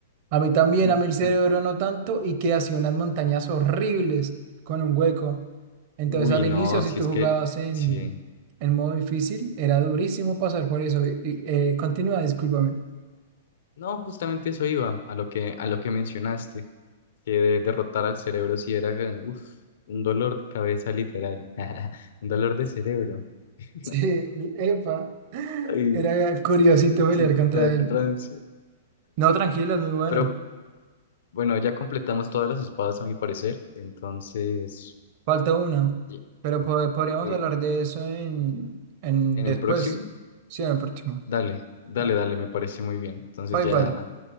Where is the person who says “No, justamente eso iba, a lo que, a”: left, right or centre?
Left